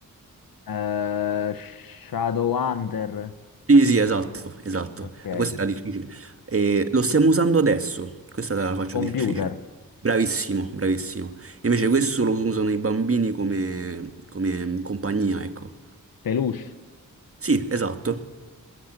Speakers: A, on the left (about 85°); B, on the right (about 40°).
A: Eh, Shadowhunter.
B: Sì, sì, esatto, esatto.
A: Ok.
B: Eh, Questa era difficile. Eh, lo stiamo usando adesso, questa te la faccio
A: Computer.
B: difficile. Bravissimo, bravissimo. Invece questo lo usano i bambini come, come compagnia, ecco.
A: Peluche.
B: Sì, esatto.